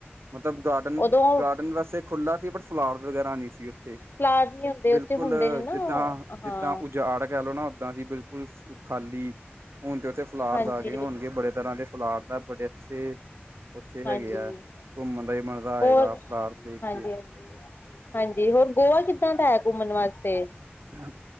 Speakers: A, on the right (about 80°); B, on the left (about 55°).
A: ਮਤਲਬ ਗਾਰਡਨ
B: ਉਦੋਂ
A: ਗਾਰਡਨ ਵੈਸੇ ਖੁੱਲ੍ਹਾ ਸੀ ਬਟ ਫਲਾਰ ਵਗੈਰਾ ਨਈਂ ਸੀ ਉੱਥੇ
B: ਫਲਾਰ ਨੀ ਹੁੰਦੇ
A: ਬਿਲਕੁਲ
B: ਉੱਥੇ ਹੁੰਦੇ ਨੇ ਨਾ
A: ਜਿੱਦਾਂ,
B: ਹਾਂ
A: ਜਿੱਦਾਂ ਉਜਾੜ ਕਹਿ ਲੋ ਨਾ ਉਦਾਂ ਸੀ ਬਿਲਕੁਲ ਖਾਲੀ ਹੁਣ ਤੇ ਉੱਥੇ ਫਲਾਰਸ
B: ਹਾਂਜੀ
A: ਆ ਗਏ ਹੋਣਗੇ, ਬੜੇ ਤਰ੍ਹਾਂ ਦੇ ਫੁਲਾਰ ਦਾ ਬੜੇ ਅੱਛੇ ਉੱਥੇ
B: ਹਾਂਜੀ
A: ਹੈਗੇ ਆ ਘੁੰਮਣ ਦਾ ਵੀ ਮਜਾ ਆਏਗਾ
B: ਹੋਰ
A: ਫਲਾਰ ਦੇਖ
B: ਹਾਂਜੀ
A: ਕੇ।
B: ਹਾਂਜੀ ਹਾਂਜੀ ਹੋਰ ਗੋਆ ਕਿੱਦਾਂ ਦਾ ਐ ਘੁੰਮਣ ਵਾਸਤੇ?
A: ਹਾਂ।